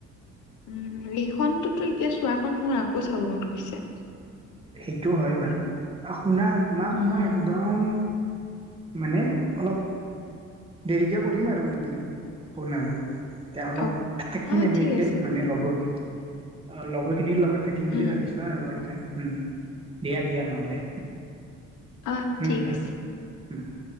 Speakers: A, on the left (about 80°); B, on the right (about 20°).
A: উম, এইখনতোতো এতিয়া চোৱাখন মোৰ আকৌ চাব মন গৈছে।
B: সেইটো হয় বাৰু! অ, শুনা, তোমাক
A: উম,
B: মই একদম মানে অলপ দেৰিকে কৰিম আৰু, মানে ফোন আৰু। এতিয়া অলপ
A: অ',
B: থাকিম
A: অ,
B: এনেকে,
A: ঠিক আছে
B: মানে লগৰ- লগৰ খিনিৰ লগত। থাকিম
A: উম,
B: বুলি ভাবিছোঁ আৰু অলপমান। দিয়া, দিয়া, নহ'লে।
A: অঁ,
B: উম
A: ঠিক আছে।
B: উম।